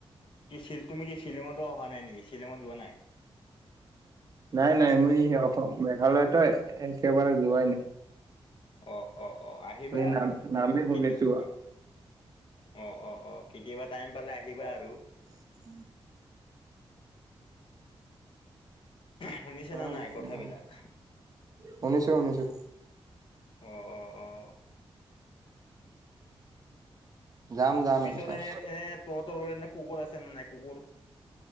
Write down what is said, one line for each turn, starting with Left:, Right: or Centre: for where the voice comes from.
Left: চিল তুমি কি শ্বিলঙতো অহা নাই নেকি শ্বিলঙত যোৱা নাই?
Right: নাই - নাই মই এই অসম মেঘালয়তো একেবাৰে যোৱাই নাই।
Left: অহ- অহ - অহ আহিবা
Right: খালি নাম নামে শুনিছো
Left: কেতি কে অহ- অহ- অহ কেতিয়াবা টাইম পালে আহিবা আৰু।
Right: উম,
Left: শুনিছেনে
Right: অ
Left: নাই
Right: যাম
Left: কথাবিলাক?
Right: যাম শুনিছো শুনিছো
Left: অহ অহ অহ।
Right: যাম যাম
Left: পিছত
Right: একবাৰ
Left: এনে - এনে তহতৰ কাৰণে কুকুৰ আছে নে নাই কুকুৰ।